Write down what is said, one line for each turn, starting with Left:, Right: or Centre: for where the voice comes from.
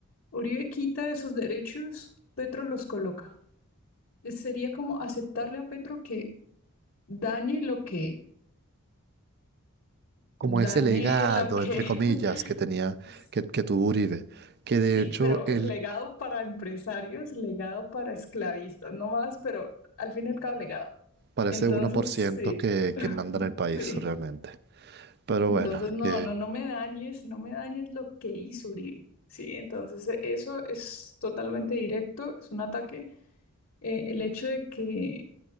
Left: Uribe quita esos derechos, Petro los coloca. Es- Sería como aceptarle a Petro que dañe lo que,
Right: como
Left: dañe
Right: ese legado,
Left: lo que,
Right: entre comillas, que tenía,
Left: <laughs>
Right: que, que tuvo Uribe, que de
Left: Sí,
Right: hecho
Left: pero
Right: él
Left: legado para empresarios, legado para esclavistas, no más, pero al fin y al cabo legado.
Right: parece
Left: Entonces,
Right: uno por ciento
Left: sí,
Right: que,
Left: <laughs>
Right: que manda en el país
Left: sí.
Right: realmente. Pero
Left: Entonces,
Right: bueno,
Left: no,
Right: que
Left: no, no me dañes, no me dañes lo que hizo Uribe. Sí, entonces e- eso es totalmente directo, es un ataque. Eh, el hecho de que